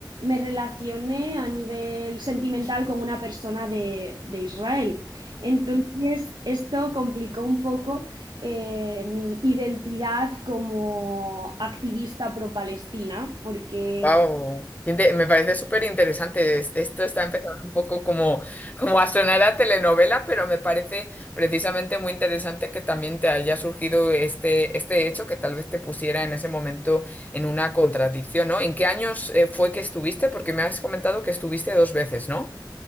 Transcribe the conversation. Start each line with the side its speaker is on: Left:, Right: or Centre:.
Right: me relacioné a nivel sentimental con una persona de, de Israel. Entonces, esto complicó un poco eh, mi identidad como activista pro-Palestina, porque
Left: Wow, me parece súper interesante. Es- Esto está empezando un poco como, como a sonar a telenovela, pero me parece precisamente muy interesante que también te haya surgido este, este hecho que tal vez te pusiera en ese momento en una contradicción, ¿no? ¿En qué años eh, fue que estuviste? Porque me has comentado que estuviste dos veces, ¿no?